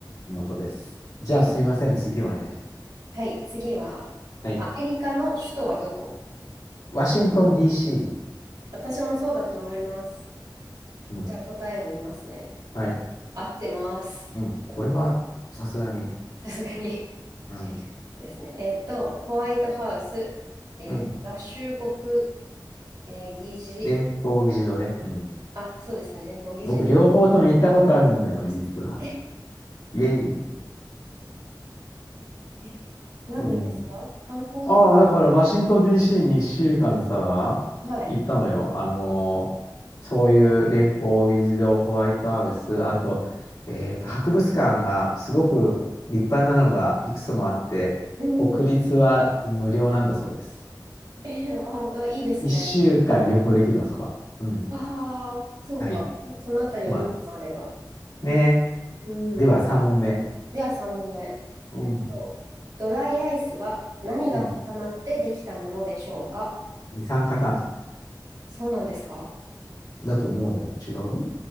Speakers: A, on the left; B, on the right.
A: 元です。じゃあ、
B: え
A: すいません、次お願いします。
B: はい、次は、
A: はい。
B: アメリカの首都はどこ
A: ワシントン DC。
B: 私もそうだと思います。
A: うん。
B: じゃあ答えを見ますね。
A: はい。
B: 合ってます。
A: うん。これは、さすがに。
B: さすがに
A: うん。
B: <laughs> ですね。えっと、ホワイトハウス、えー合衆国、
A: うん。
B: えー議事、
A: 連邦議事堂ね。うん。
B: あ、そうですね、連邦議事堂。
A: 僕、両方とも行ったことあるんだよ、実は。
B: え、
A: イェイ。
B: え、なんでですか観光で
A: うん。ああ、だから、ワシントン DC に1週間さ、
B: はい。
A: 行ったのよ。あのーそういう連邦議事堂、ホワイトハウス、あと、えっと、博物館がすごく立派なのがいくつもあって、
B: うん。
A: 国立は無料なんだそうです。
B: えーあ、あいいですね。
A: 1週間旅行できる、あそこは。うん。
B: ああ、そうか。
A: はい。
B: そのあたりを見て回れば。
A: そうなんです。ね。
B: うん。
A: では、3問目。
B: では3
A: うん。
B: 問目。とドライアイスは何が固まってできたものでしょうか
A: うん。二酸化炭素
B: そうなんですか
A: だと思うよ。違う